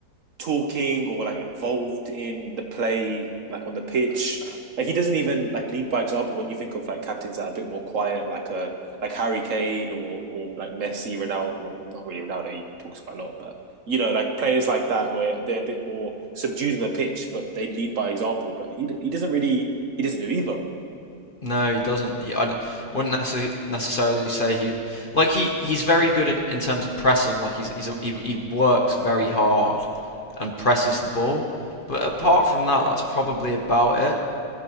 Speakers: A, on the right; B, on the left.
A: talking or like involved in the play, like on the pitch. Like he doesn't even like lead by example when you think of like captains that are a bit more quiet, like a uh like Harry Kane or or like Messi, Ronaldo. Well, not really Ronaldo. He talks quite a lot, but you know, like players like that where they're a bit more subdued on the pitch, but they lead by example. But he he doesn't really he doesn't do either. <laughs>
B: No, he doesn't. He, I d- wouldn't necessarily necessarily say he like he, he's very good in, in terms of pressing. Like he's, he's a, he he works very hard and presses the ball. But apart from that, that's probably about it.